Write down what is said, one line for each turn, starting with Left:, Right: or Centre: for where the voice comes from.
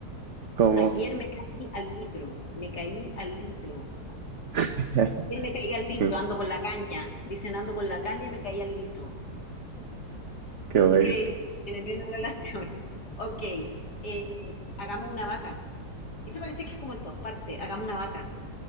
Right: Como,
Left: Ayer me caí al litro. Me caí al litro.
Right: <laughs>
Left: Ayer me caí al litro.
Right: qué,
Left: Ando con la caña. Dicen ando con la caña, me caí al litro.
Right: qué bueno.
Left: Increíble. No tiene ni una relación. <laughs> Ok. eh, hagamos una vaca. Eso parece que es como en todas partes. Hagamos una vaca.